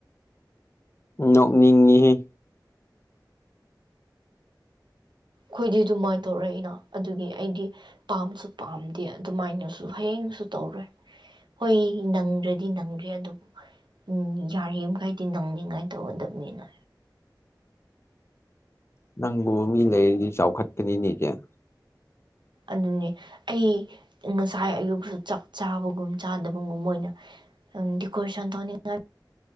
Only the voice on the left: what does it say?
ꯅꯣꯛꯅꯤꯡꯉꯤꯍꯦ
ꯅꯪꯕꯨ ꯃꯤ ꯂꯩꯔꯗꯤ ꯆꯥꯎꯈꯠꯀꯅꯤꯅꯦ ꯀꯦꯝ